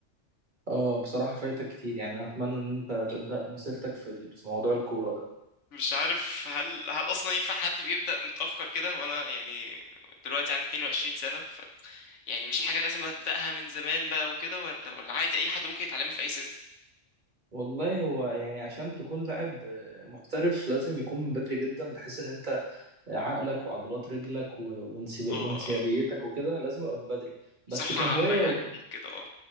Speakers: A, on the right; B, on the left.
A: اه بصراحة فايتك كتير يعني أتمنى إن أنت تبدأ مسيرتك في ال- في موضوع الكورة ده
B: مش عارف هل هل اصلا ينفع حد بيبدأ متأخر كده وانا يعني دلوقتي عندي 22 سنة يعني مش حاجة لازم أبدأها من زمان بقى وكده ولا ولا عادي أي حد ممكن يتعلمها في أي سن
A: والله هو يعني عشان تكون لاعب محترف لازم يكون من بدري جدا بحيث إن أنت عقلك وعضلات رجلك و- وانسب-
B: اه
A: وانسيابيتك
B: اه
A: وكده لازم يبقى من بدري بس
B: صحة
A: كهواية
B: عامة يعني
A: و-
B: ليك كده اه